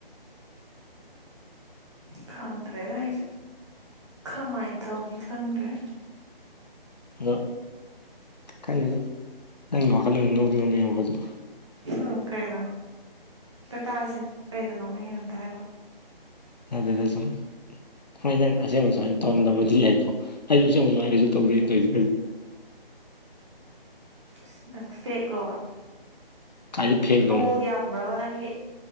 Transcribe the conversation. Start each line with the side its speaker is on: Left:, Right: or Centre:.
Right: ꯈꯪꯗ꯭ꯔꯦꯗ ꯑꯩꯁꯨ ꯈꯃꯥꯏꯅ ꯇꯧꯅꯤ ꯈꯪꯗ꯭ꯔꯦ
Left: ꯑꯗꯣ ꯈꯪꯗꯦꯗ ꯅꯪꯒꯤ ꯋꯥꯈꯜꯅꯤ ꯂꯧꯗꯤ <unintelligible>
Right: ꯎꯝ ꯀꯩꯅꯣ ꯑꯝ ꯇꯥꯁꯦ ꯀꯩꯗ ꯅꯣꯛꯅꯤꯡꯉꯤꯅꯣ ꯑꯝꯇ ꯍꯥꯏꯔꯛꯑꯣ
Left: ꯑꯗꯨꯗ ꯁꯨꯝ ꯁꯨꯃꯥꯏ ꯅꯪ ꯑꯁꯦꯡꯕ ꯁꯨꯃꯥꯏꯅ ꯇꯧꯔꯝꯗꯕꯗꯤ ꯌꯥꯏꯀꯣ ꯑꯩꯁꯨ ꯑꯁꯦꯡꯕ ꯁꯨꯃꯥꯏ ꯀꯩꯁꯨ ꯇꯧꯗꯦ ꯑꯩꯅꯥ ꯇꯧꯔꯤꯁꯤꯕꯨꯗꯤ
Right: ꯈꯤꯇꯪ ꯐꯦꯛꯂꯣꯕ
Left: ꯀꯥꯏꯗ ꯐꯦꯛꯅꯣ
Right: ꯔꯣꯜ ꯌꯥꯝꯕ꯭ꯔꯕ ꯅꯪꯒꯤ